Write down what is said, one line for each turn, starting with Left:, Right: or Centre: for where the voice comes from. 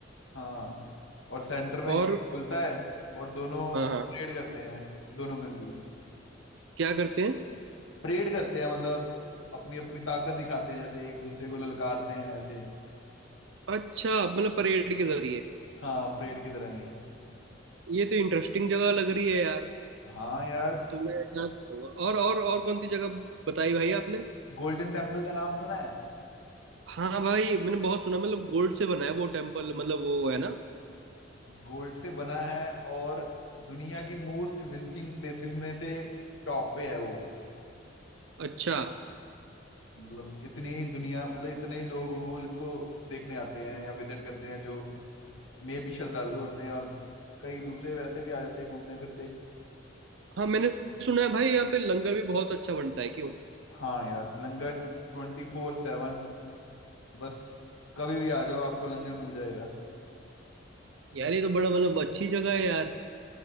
Left: हाँ और सेंटर में
Right: और
Left: गेट खुलता है और दोनों
Right: हाँ हाँ
Left: परेड करते हैं दोनों कंट्रीज
Right: क्या करते हैं
Left: परेड करते हैं मतलब अपनी अपनी ताकत दिखाते हैं जैसे एक दूसरे को ललकारते हैं ऐसे
Right: अच्छा मतलब परेड के जरिए
Left: हाँ परेड की तरह ही है
Right: ये तो इंटरेस्टिंग जगह लग रही है यार
Left: हाँ यार
Right: तो मैं जाना चाहूंगा और और और कौन सी जगह बताई भाई आपने
Left: गोल्डन टेम्पल का नाम सुना है
Right: हाँ भाई मैंने बहुत सुना मतलब गोल्ड से बना है वो टेम्पल मतलब वो है ना
Left: गोल्ड से बना है और दुनिया की मोस्ट विजिटिंग प्लेसेस में से टॉप पे है वो
Right: अच्छा
Left: मतलब इतनी दुनिया मतलब इतने ही लोग रोज इसको देखने आते हैं या विजिट करते हैं जो में भी श्रद्धालु होते हैं और कई दूसरे वैसे भी आ जाते हैं घूमने फिरते
Right: हाँ मैंने सुना है भाई यहाँ पे लंगर भी बहुत अच्छा बनता है क्यों
Left: हाँ यार लंगर ट्वेंटी फोर सेवन बस कभी भी आ जाओ आपको लंगर मिल जाएगा
Right: यार ये तो बड़ा मतलब अच्छी जगह है यार